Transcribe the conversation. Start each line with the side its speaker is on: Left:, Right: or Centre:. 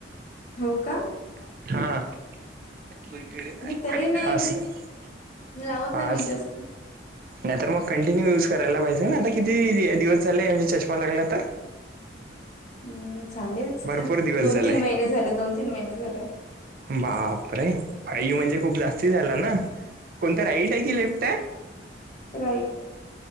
Left: हो का?
Right: <unintelligible>
Left: मी तरी नाही लावत नाही
Right: आज
Left: मी जास्त
Right: नाही तर मग कंटिन्यू युज करायला पाहिजे ना आता किती दिवस झाले म्हणजे चष्मा लागला तर?
Left: हम् लेच
Right: भरपूर
Left: ते
Right: दिवस
Left: दोन
Right: झाले
Left: तीन महिने झाले दोन तीन महिने झाले.
Right: बापरे फयू म्हणजे खूप जास्ती झाला ना कोणत राईट आहे की लेफ्ट आहे?
Left: राईट